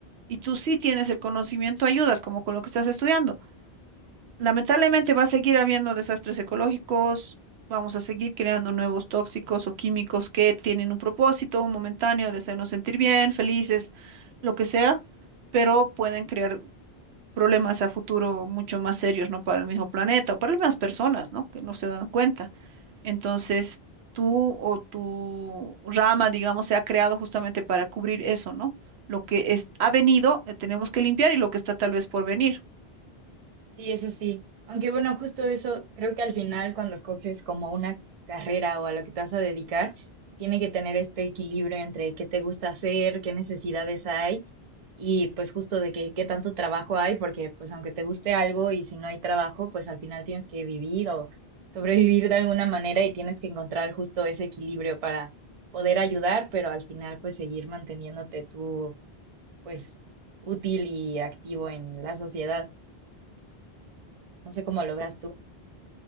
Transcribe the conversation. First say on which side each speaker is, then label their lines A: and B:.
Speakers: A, on the right (about 80°); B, on the right (about 45°).
A: y tú sí tienes el conocimiento, ayudas, como con lo que estás estudiando. Lamentablemente va a seguir habiendo desastres ecológicos, vamos a seguir creando nuevos tóxicos o químicos que tienen un propósito momentáneo de hacernos sentir bien, felices, lo que sea, pero pueden crear problemas a futuro mucho más serios, ¿no? Para el mismo planeta o para las mismas personas, ¿no? Que no se dan cuenta. Entonces, tú o tu rama, digamos, se ha creado justamente para cubrir eso, ¿no? Lo que es, ha venido, eh, tenemos que limpiar y lo que está tal vez por venir.
B: Sí, eso sí. Aunque bueno, justo eso, creo que al final cuando escoges como una carrera o a lo que te vas a dedicar, tiene que tener este equilibrio entre qué te gusta hacer, qué necesidades hay y pues justo de que, qué tanto trabajo hay, porque pues aunque te guste algo y si no hay trabajo, pues al final tienes que vivir o sobrevivir de alguna manera y tienes que encontrar justo ese equilibrio para poder ayudar, pero al final pues seguir manteniéndote tú pues útil y activo en la sociedad. No sé cómo lo veas tú.